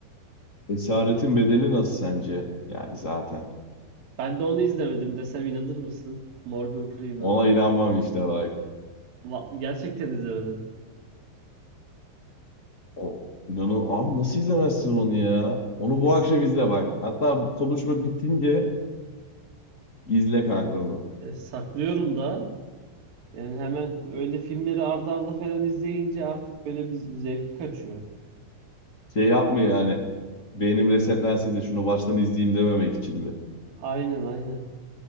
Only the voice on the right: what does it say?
Ben de onu izlemedim desem inanır mısın? Morgan Freeman'ın.
Va- Gerçekten izlemedim.
E, s-
e, saklıyorum da. Yani hemen öyle filmleri arda arda falan izleyince artık böyle bir zevki kaçıyor.
Aynen aynen.